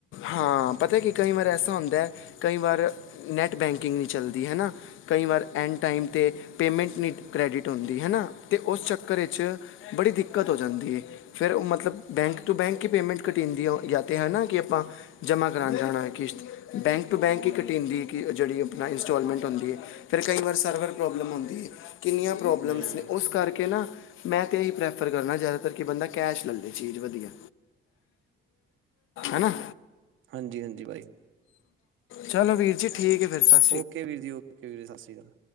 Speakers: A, on the left; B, on the right.
A: ਹਾਂ, ਪਤਾ ਕੀ ਕਈ ਵਾਰ ਐਸਾ ਹੁੰਦਾ ਕਈ ਵਾਰ ਨੈੱਟ ਬੈਂਕਿੰਗ ਨਹੀ ਚੱਲਦੀ ਹੈਨਾ। ਕਈ ਵਾਰ ਐਂਡ ਟਾਈਮ ਤੇ ਪੇਮੈਂਟ ਨੀ ਕ੍ਰੈਡਿਟ ਹੁੰਦੀ ਹੈਨਾ ਤੇ ਉਸ ਚੱਕਰ ਛੇ ਬੜੀ ਦਿੱਕਤ ਹੋ ਜਾਂਦੀ ਏ। ਫੇਰ ਓ ਮਤਲਬ ਬੈਂਕ ਤੋਂ ਬੈਂਕ ਈ ਪੇਮੈਂਟ ਘਟੀ ਜਾਂਦੀ ਯ ਤੇ ਹਨਾਂ ਕੀ ਆਪਾਂ ਜਮ੍ਹਾਂ ਕਰਾਣ ਜਾਣਾ ਕਿਸ਼ਤ ਬੈਂਕ ਟੂ ਬੈਂਕ ਈ ਘਟੀ ਜਾਂਦੀ ਐ ਕੀ ਜੇੜੀ ਆਪਣਾ ਇੰਸਟਾਲਮੈਂਟ ਹੁੰਦੀਂ ਏ। ਫੇਰ ਕਈ ਵਾਰ ਸਰਵਰ ਪ੍ਰੋਬਲਮ ਔਂਦੀ ਏ ਕਿੰਨੀਆਂ ਪ੍ਰੋਬਲਮਸ
B: ਹਮ
A: ਨੇ ਉਸ ਕਰਕੇ ਨਾ ਮੈਂ ਤਾਂ ਏਈ ਪ੍ਰੈਫਰ ਕਰਨਾ ਜਾਦਾਤਰ ਕੀ ਬੰਦਾ ਕੈਸ਼ ਲੈ ਲੇ ਚੀਜ਼ ਵਧੀਆ। ਹਨਾ।
B: ਹਾਂਜੀ-ਹਾਂਜੀ ਬਾਈ।
A: ਚਲੋ ਵੀਰ ਜੀ ਠੀਕ ਏ ਫੇਰ ਤੇ।
B: ਓਕੇ ਵੀਰ ਜੀ ਓਕੇ ਵੀਰ ਜ ਸਸ ਸ਼੍ਰੀ ਕਾਲ।